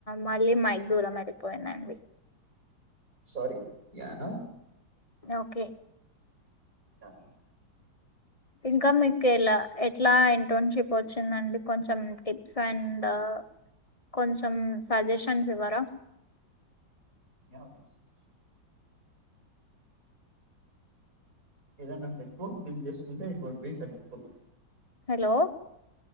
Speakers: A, on the left; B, on the right.
A: మళ్ళీ mic దూరం వెళ్ళిపోయిందండి
B: sorry yeah now
A: okay
B: చానా సేపు అయింది
A: ఇంకా మీకు ఎలా ఎట్లా ఇంటర్న్షిప్ వచ్చిందండి కొంచెం టిప్స్ అండ్ కొంచెం సజెషన్స్ ఇవ్వరా
B: యా ఏదన్నా నెట్వర్క్ బిల్ చేసుకుంటే it would be helpful
A: hello